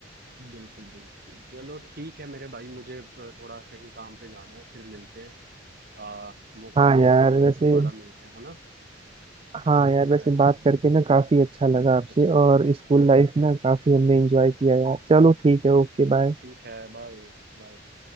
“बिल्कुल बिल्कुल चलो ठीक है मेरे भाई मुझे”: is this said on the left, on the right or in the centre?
Right